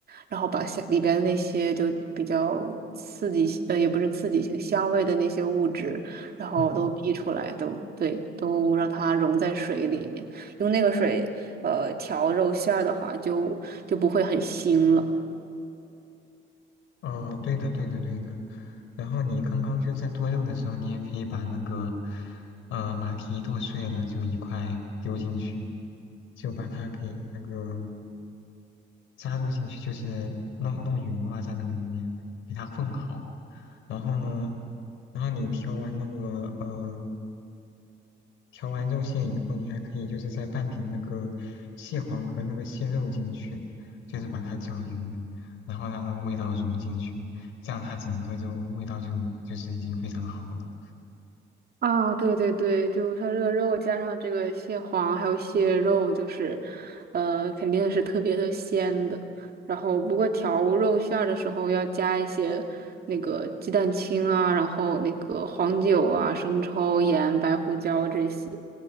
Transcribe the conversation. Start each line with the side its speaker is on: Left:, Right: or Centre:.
Right: 然后把下里边那些就比较刺激，呃，也不是刺激性，香味的那些物质。然后都逼出来，
Left: 嗯。
Right: 都对，都让它溶在水里面，用那个水呃调肉馅儿的话就就不会很腥了。
Left: 啊、对的，对的，对的。然后你刚刚就在剁肉的时候，你也可以把那个呃马蹄剁碎了，就一块丢进去，就把它给那个加入进去，就是弄弄匀嘛，在那个里面给它混好。然后呢，然后你调完那个呃调完肉馅以后，你还可以就是再拌点那个蟹黄和那个蟹肉进去，就是把它搅匀，然后让那个味道融进去，这样它整个就味道就就是已经非常好了。
Right: 啊，对对对，就是它这个肉加上这个蟹黄还有蟹肉，就是，呃，肯定是特别的鲜的。然后不过调肉馅儿的时候要加一些那个鸡蛋清啊，然后那个黄酒啊、生抽、盐、白胡椒这些，